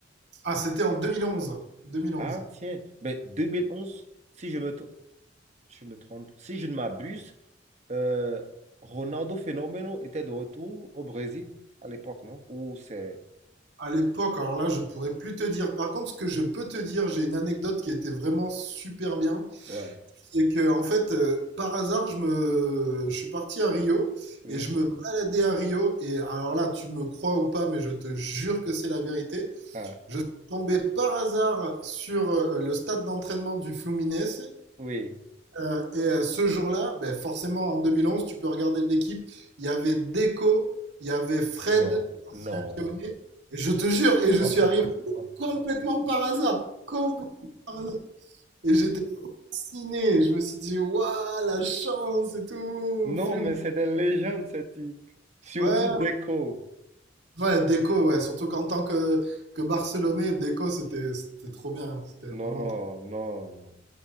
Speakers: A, on the right (about 65°); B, on the right (about 35°).
A: Ah, c'était en 2011. 2011.
B: Ah tiens, mais 2011. si je me, tr- je me trompe, si je ne m'abuse, euh, Ronaldo Fenomeno était de retour au Brésil à l'époque, non? Ou c'est...
A: À l'époque, alors là, je pourrais plus te dire. Par contre, ce que je peux te dire, j'ai une anecdote qui était vraiment super bien.
B: Ouais.
A: C'est que, en fait, euh, par hasard, je me, je suis parti à Rio
B: Oui.
A: et je me baladais à Rio. Et alors là, tu me crois ou pas, mais je te jure que c'est la vérité.
B: Ah,
A: Je suis tombé par hasard sur euh, le stade d'entraînement du Fluminense.
B: oui.
A: euh, et euh, ce jour-là, ben, forcément en 2011, tu peux regarder l'équipe. Il y avait Deco, il y avait Fred,
B: Non,
A: ancien
B: non.
A: Lyonnais. Et je te jure, et je
B: <laughs>
A: suis arrivé complètement par hasard. Complètement par hasard. Et j'étais fasciné. Je me suis dit, waouh, la chance et tout.
B: Non,
A: Fluminense.
B: mais c'est des légendes, ce type. Surtout
A: Ouais,
B: Deco.
A: ouais, Deco, ouais. Surtout qu'en tant que, que Barcelonais, Deco, c'était c'était trop bien. C'était
B: Non,
A: vraiment
B: non, non.